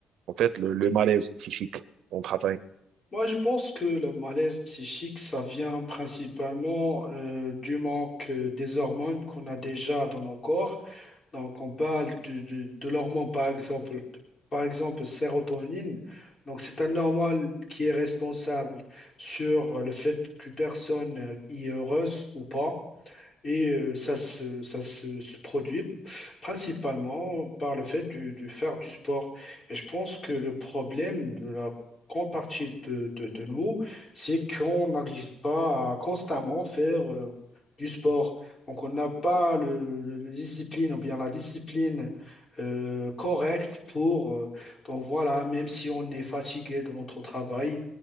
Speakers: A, on the right (about 70°); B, on the left (about 30°).
A: en fait, le, le malaise psychique au travail?
B: Moi, je pense que le malaise psychique, ça vient principalement euh, du manque euh, des hormones qu'on a déjà dans nos corps. Donc, on parle de, de, de l'hormone, par exemple, par exemple, sérotonine. Donc, c'est un hormone qui est responsable sur le fait qu'une personne euh, y est heureuse ou pas. Et euh, ça se, ça se, se produit principalement par le fait du, du faire du sport. Et je pense que le problème de la grande partie de, de, de nous, c'est qu'on n'arrive pas à constamment faire euh, du sport. Donc on n'a pas le, le- le discipline ou bien la discipline euh, correct pour... euh, donc voilà, même si on est fatigué de notre travail